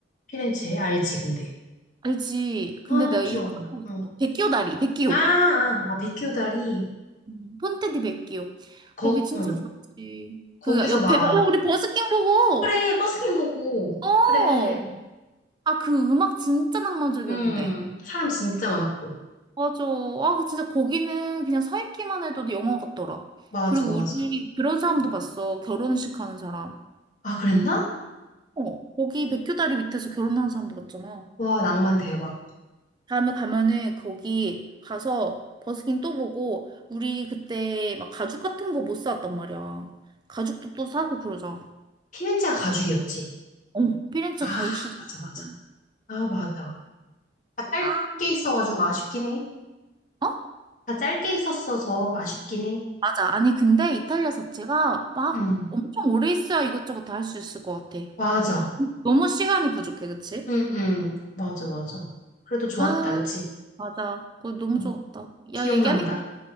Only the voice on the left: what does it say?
피렌체에? 알지, 근데.
아,
기억
안
나. 응.
아, 아, 아, 베큐 다리.
거,
응.
거기서
막,
그래, 버스킹 보고,
그래.
음, 사람 진짜 많았고.
맞아,
맞아.
아, 그랬나?
와, 낭만 대박.
피렌체가 가죽이었지.
아,
맞아, 맞아.
아, 맞아. 다 짧게
있어가지고 아쉽긴 해.
다 짧게 있었어서 아쉽긴 해.
응,
맞아.
응, 응. 맞아, 맞아. 그래도 좋았다,
그치?
응.
기억난다.